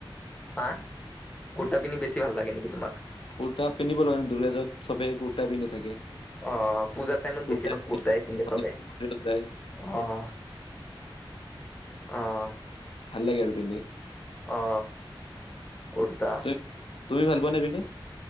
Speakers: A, on the left; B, on the left.
A: হা, কুৰ্তা পিধি বেছি ভাল লাগে নেকি তোমাৰ।
B: কুৰ্তা পিন্ধিব লাগে দূৰ্গ পূজাত চবে কুৰ্তা পিন্ধি থাকে।
A: অ পূজাৰ টাইমত
B: কুৰ্তা
A: বেছিভাগ
B: পিন্ধি
A: কুৰ্তাই পিন্ধে চবে,
B: <unintelligible> ভাল
A: অ', অ',
B: লাগে আৰু পিন্ধি।
A: অ কুৰ্তা,
B: তুম তুমি ভাল পোৱা নে পিন্ধি?